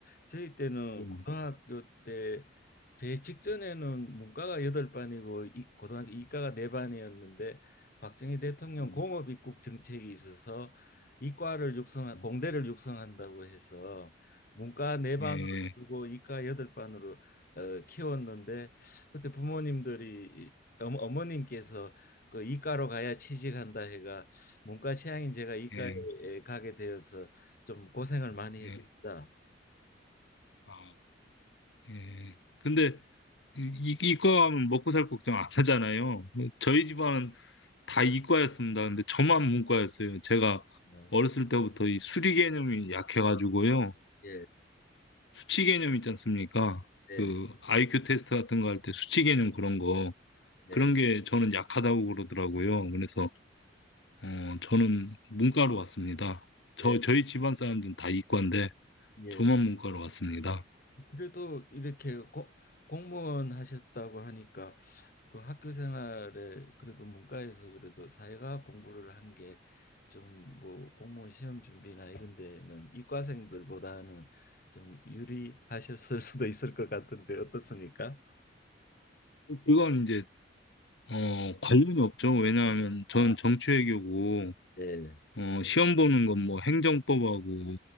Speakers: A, on the left (about 50°); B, on the left (about 75°).
A: 저희 때는
B: 음,
A: 고등학교 때 제 직전에는 문과가 여덟 반이고 이, 고등학교 이과가 네 반이었는데 박정희 대통령
B: 음.
A: 공업 입국 정책이 있어서 이과를 육성
B: 음.
A: 공대를 육성한다고 해서 문과 네 네. 반으로
B: 예,
A: 줄고 이과 여덟 반으로 어, 키웠는데 그때 부모님들이 어머, 어머님께서 그 이과로 가야 취직한다 해가 문과 취향인 제가 이과에
B: 예,
A: 가게 되어서 좀 고생을 많이
B: 예,
A: 했습니다.
B: 아, 예. 근데 이, 이- 과 하면 먹고 살 걱정 안 하잖아요. 저희 집안은 다 이과였습니다. 근데 저만 문과였어요. 제가
A: 어,
B: 어렸을 때부터 이 수리 개념이 약해가지고요.
A: 예,
B: 수치 개념 있지 않습니까?
A: 네,
B: 그 IQ 테스트 같은 거 할 때 수치 개념 그런 거
A: 네,
B: 그런 게 저는 약하다고 그러더라고요. 그래서 어, 저는 문과로 왔습니다. 저
A: 네,
B: 저희 집안 사람들은 다 이과인데
A: 예.
B: 저만 문과로 왔습니다.
A: 그래도 이렇게 고, 공무원 하셨다고 하니까 그 학교 생활에 그래도 문과에서 그래도 사회과학 공부를 한 게 좀 뭐 공무원 시험 준비나 이런 데는 이과생들보다는 좀 유리하셨을 수도 있을 것 같은데 어떻습니까?
B: 그건 이제 어, 관련이 없죠. 왜냐하면 저는
A: 아,
B: 정치외교고
A: 예,
B: 어, 시험 보는 건 뭐 행정법하고